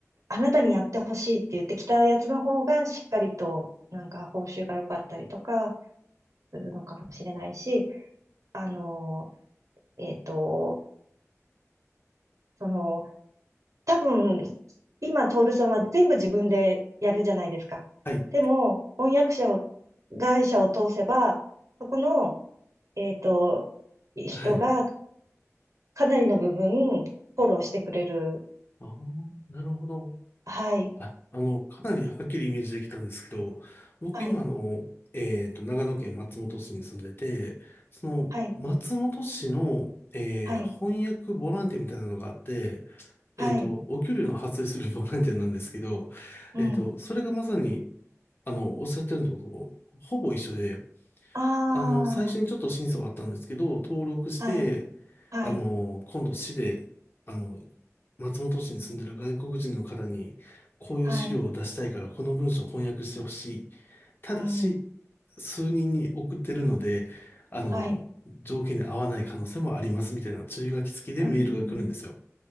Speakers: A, on the right (about 75°); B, on the left (about 40°).
A: あなたにやってほしいって言ってきたやつの方がしっかりとなんか報酬が良かったりとかするのかもしれないし、あの、えっと、その、多分、今、徹さんは全部自分でやるじゃないですか。
B: はい、
A: でも、翻訳者を、会社を通せば、そこの、えっと、人が
B: はい。
A: かなりの部分、フォローしてくれる。
B: ああ、なるほど。
A: はい、
B: あ、あの、かなりはっきりイメージできたんですけど、僕今あの、
A: はい、
B: えっと、長野県松本市に住んでて、その、
A: はい、
B: 松本市の、えー翻訳ボランティアみたいなのがあって、
A: はい、はい。
B: えっと、お給料の発生する <laughs> ボランティアなんですけど、
A: うん。
B: えっと、それがまさに、あの、おっしゃってるのとほぼ一緒で、
A: あ
B: あの、最初にちょっと審査はあったんですけど、登録して、
A: あ、はい、はい、
B: あの、今度市で、あの、松本市に住んでる外国人の方に、こういう資料を出したいから、
A: はい、
B: この文章を翻訳してほしい。ただし、
A: うん、
B: 数人に送ってるので、あの、
A: はい、
B: 条件に合わない可能性もありますみたいな注意書き付きでメールが来るんですよ。
A: うん、